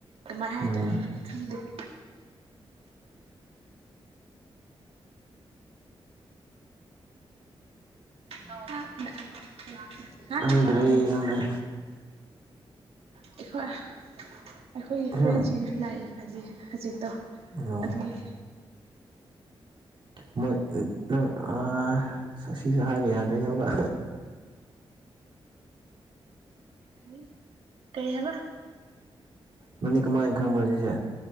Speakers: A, on the right; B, on the right.
A: ꯀꯃꯥꯏ ꯍꯥꯏꯗꯣꯏꯅꯣ
B: ꯎꯝ
A: ꯈꯪꯗꯦ <inaudible> ꯑ <unintelligible> ꯍꯥ
B: ꯈꯪꯗ꯭ꯔꯦ
A: ꯈꯔ ꯇ
B: ꯈꯪꯗ꯭ꯔꯦ
A: ꯑꯩꯈꯣ ꯑꯩꯈꯣꯏꯒꯤ
B: ꯎꯝ
A: ꯐ꯭ꯔꯦꯟꯁꯤꯡꯁꯨ ꯂꯥꯛꯏ ꯍꯖꯤꯛ ꯍꯖꯤꯛ ꯇꯣ
B: ꯑꯣ
A: ꯑꯗꯨꯒꯤ
B: ꯃꯣꯏ ꯑ ꯅꯪ ꯑꯁ ꯑꯁꯤꯁꯨ ꯍꯥꯏꯕ ꯌꯥꯗ꯭ꯔꯦꯅꯦ ꯑꯃꯨꯛꯀ
A: <inaudible> ꯀꯩ ꯍꯥꯏꯕ
B: ꯅꯪꯗꯤ ꯀꯃꯥꯏꯅ ꯈꯪꯕ꯭ꯔꯥ ꯁꯤꯁꯦ